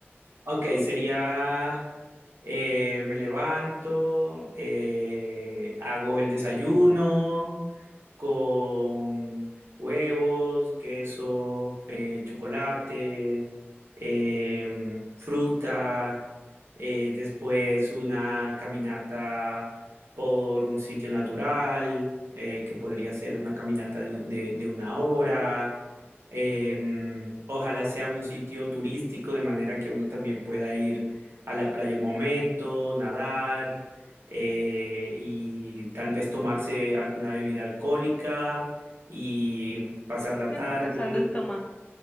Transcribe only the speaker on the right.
ok, sería, eh, me levanto, eh, hago el desayuno, con huevos, queso, eh, chocolate, eh, fruta, eh, después una caminata por un sitio natural, eh, que podría ser una caminata de, de- de una hora. eh, ojalá sea un sitio turístico, de manera que uno también pueda ir a la playa un momento, nadar eh, y tal vez tomarse alguna bebida alcohólica y pasar la
tarde.